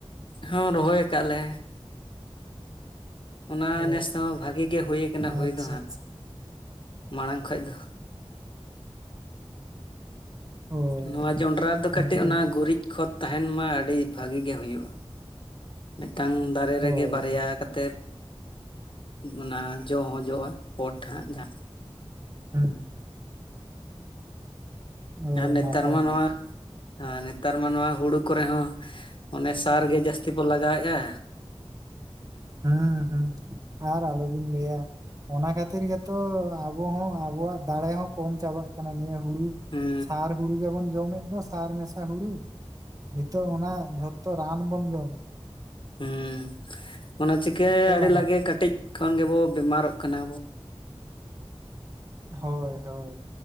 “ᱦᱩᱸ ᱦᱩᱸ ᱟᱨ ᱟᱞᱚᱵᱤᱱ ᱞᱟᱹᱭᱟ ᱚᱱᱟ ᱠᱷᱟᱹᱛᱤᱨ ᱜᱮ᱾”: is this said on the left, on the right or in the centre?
Right